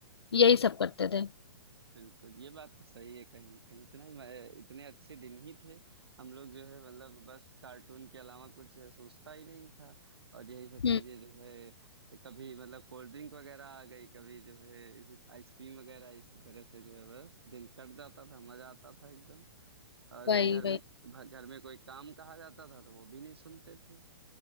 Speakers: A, on the left; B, on the right.
A: यही सब करते थे
B: बिल्कुल ये बात तो सही है कहीं ना कहीं इतना ही मैं- इतने अच्छे दिन ही थे हम लोग जो है मतलब बस कार्टून के अलावा कुछ सोचता ही नहीं था और यही सब
A: हम्म
B: चीजें जो है कभी मतलब कोल्ड ड्रिंक वगैरह आ गई कभी जो है इसी आइसक्रीम वगैरह इसी तरह से जो है बस दिन कट जाता था मजा आता था एकदम और
A: वही
B: जो घर में
A: वही
B: घर में कोई काम कहा जाता था तो वो भी नहीं सुनते थे